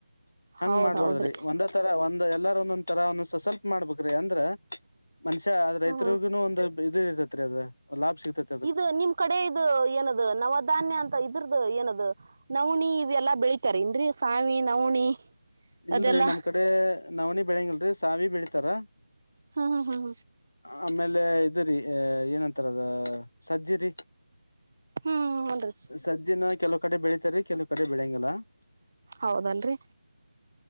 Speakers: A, on the left; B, on the right.
A: ಹಂಗ
B: ಹೌದ್
A: ಮಾಡ್ಬಾರದ್ರೀ
B: ಹೌದ್ರಿ
A: ಒಂದ ತರಾ ಒಂದ ಎಲ್ಲಾರೂ ಒಂದೊಂದ ತರಾ ಒಂದ ಸ್ವಲ್ಪ ಮಾಡ್ಬೇಕರಿ. ಅ ದ್ರ ಮನುಷ್ಯ ರೈತರಿಗು
B: ಹ್ಮ್ ಹ್ಮ್
A: ಒಂದು ಇದು ಇರ್ತತ್ರಿ ಅದ ಲಾಭ ಸಿಕ್ತತಿ.
B: ಇದು ನಿಮ್ಮ ಕಡೆ ಇದು ಏನದು ನವಧಾನ್ಯ ಅಂತ ಇದ್ರದು ಏನದು. ನವನಿ ಇವೆಲ್ಲಾ ಬೆಳೀತಾರೆಂದ್ರೀ ಸಾವಿ. ನವಣಿ
A: ಇಲ್ಲಡ್ರಿ
B: ಅದೆಲ್ಲಾ
A: ನಮ್ಮ ಕಡೆ ನವನಿ ಬೆಳಂಗಿಲ್ಲಡ್ರಿ ಸಾವಿ ಬೆಳತಾರಾ.
B: ಹ್ಮ್ ಹ್ಮ್ ಹ್ಮ್
A: ಆಮೇಲೆ ಇದರಿ ಏನಂತಾರ ಅದ ಸಜ್ಜಿರಿ.
B: ಹು ಹುಡ್ರಿ.
A: ಸಜ್ಜಿನ ಕೆಲವು ಕಡೆ ಬೆಳೀತಾರಿ ಕೆಲವು ಕಡೆ ಬೆಳಗಿಲ್ಲ.
B: ಹೌದ ಡ್ರಿ.